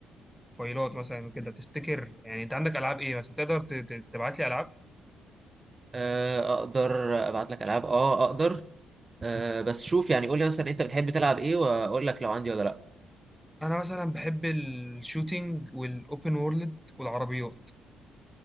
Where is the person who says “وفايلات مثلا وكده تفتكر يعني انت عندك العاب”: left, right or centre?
Centre